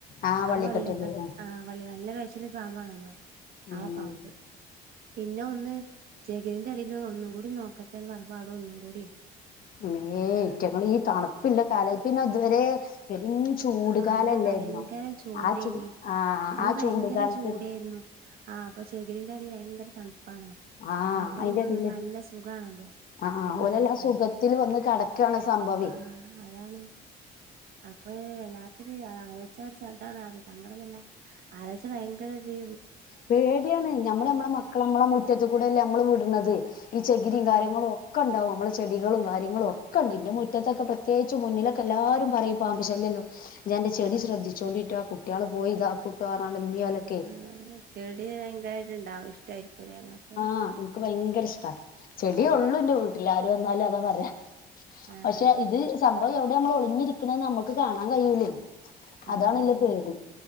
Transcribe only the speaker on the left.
ആഹ്
വള്ളിക്കെട്ടുണ്ട്
ആഹ്
ഉം
മ്മേ ഐറ്റങ്ങള് ഈ തണുപ്പ്ല്ല കാല പിന്നെ ഇതുവരെ പെരും ചൂട്കാലല്ലായിുന്നൊ
ആ ചു ആഹ്
ആ
ചൂടുകാലത്തചു
ആഹ്
അയിന്റെ എടീല്
ആഹ്
ആഹ് ഓലല്ലാ
സുഖത്തില് വന്ന് കെടക്കാണ് സംഭവെയ്
പേടിയാണ് ഞമ്മള് ഞമ്മളെ മക്കളെ മ്മളെ മുറ്റം- മുറ്റത്ത്കൂടെയല്ലേ അമ്മള് വിട്ണത് ഈ ചകിരിം
കാര്യങ്ങളും ഒക്കെ ഇണ്ടാവും ഞ മ്മള് ചെടികളും കാര്യങ്ങളും ഒക്കെ ഇണ്ട് ഇന്റെ മുറ്റത്തൊക്കെപ്രത്യേകിച്ചും മുന്നിലൊക്കെ എല്ലാരും പറയും പാമ്പ് ശല്യല്ല്യോ ഇജ്ജന്റെ ചെടി ശ്രദ്ധിച്ചോണ്ടിട്ടൊ ആ കുട്ടിയാള് പോയി ഇതാക്കുട്ടോ ഇമ്മിം ഓലൊ
ആഹ് ഇൻക്ക് ഭയങ്കര ഇഷ്ടാ. ചെടി ഒള്ളൂ ഇന്റെ വീട്ടില് ആര് വന്നാലും അതാ പറയാ
പക്ഷെ പക്ഷേ ഇത് സംഭവം എവിടെ നമ്മള് ഒളിഞ്ഞിരിക്ക്ണ്ന്ന് അമ്മൾക്ക് കാണാൻ കയൂലേ
അതാണ്
ഇല്ല പേടി